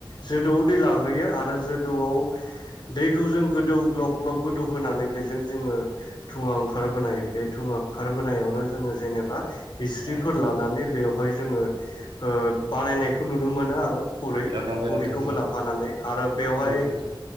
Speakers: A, on the left; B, on the right.
A: जोदौआव दै लाग्रोयो आरो जोदौआव दैखौ जों गोदौ ग्लब ग्लब गोदौ होनानै बेजों जोङो धुङा ओंखारबोनाय बे धुङा ओंखारबोनायावनो जोङो जेनेबा हिस्रिफोर
B: अ
A: लानानै बेव हाय जोङो ओ बानायनायखौ नुनो मोनो आर' खुरै
B: नंगौ
A: खुरैखौबो
B: नोंथां नंगौ
A: लाफानानै आरो बेवहाय
B: नंगौ नोंथां